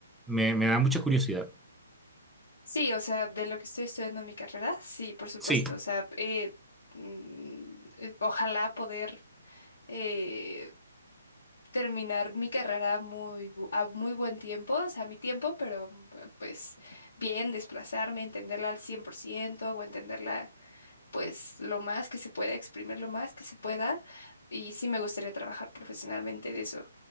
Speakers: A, in the centre; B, on the left.
A: Me, me da mucha curiosidad.
B: Sí, o sea, de lo que estoy estudiando en mi carrera, sí, por supuesto.
A: Sí,
B: O sea, eh, mm, eh, ojalá poder eh, terminar mi carrera muy, bu- a muy buen tiempo, o sea, a mi tiempo, pero mm, pues bien, desplazarme, entenderla al 100% o entenderla pues lo más que se pueda, exprimir lo más que se pueda. Y sí me gustaría trabajar profesionalmente de eso.